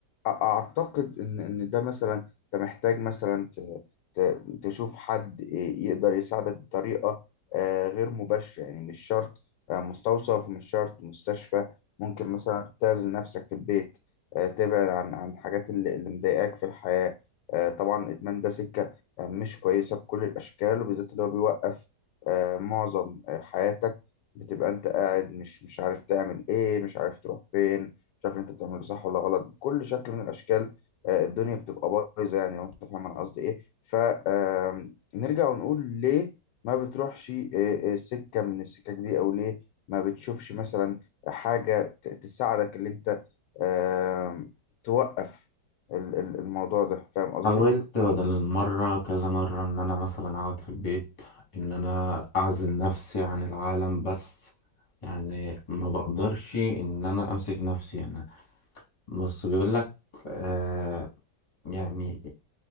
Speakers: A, on the left; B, on the left.
A: اعتقد ان ان ده مثلا انت محتاج مثلا ت- ت- تشوف حد يقدر يساعدك بطريقه آه، غير مباشره يعني مش شرط آه، مستوصف مش شرط مستشفى ممكن مثلا تعزل نفسك في البيت آه، تبعد عن عن الحاجات اللي اللي مضايقاك في الحياه آه، طبعا الادمان ده سكه آه، مش كويسه بكل الاشكال وبالذات اللي هو بيوقف آه، معظم آه، حياتك بتبقى انت قاعد مش مش عارف تعمل ايه مش عارف تروح فين مش عارف اللي انت بتعمله صح ولا غلط بكل شكل من الاشكال آه، الدنيا بتبقى بايظه يعني لو انت فاهم انا قصدي ايه فنرجع ونقول ليه ما بتروحش آه، آه، سكه من السكك دي او ليه ما بتشوفش مثلا حاجه ت- تساعدك اللي انت آه، توقف ال- ال- الموضوع ده فاهم قصدي
B: حاولت بدل المرة كذا مرة إن أنا مثلا أقعد في البيت إن أنا أعزل نفسي عن العالم بس يعني ما بقدرش إن أنا أمسك نفسي أنا بص بيقول لك آه يعني